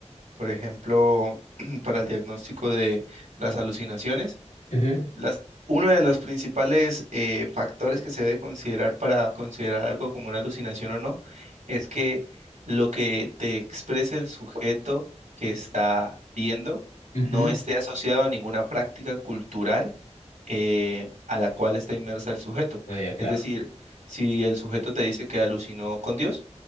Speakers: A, on the right; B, on the left.
A: Por ejemplo, <clears throat> para el diagnóstico de las alucinaciones,
B: Ujú,
A: las, uno de los principales eh, factores que se debe considerar para considerar algo como una alucinación o no es que lo que te exprese el sujeto que está viendo
B: ujú.
A: no esté asociado a ninguna práctica cultural eh, a la cual está inmersa el sujeto.
B: Ah, ya, claro.
A: Es decir, si el sujeto te dice que alucinó con Dios,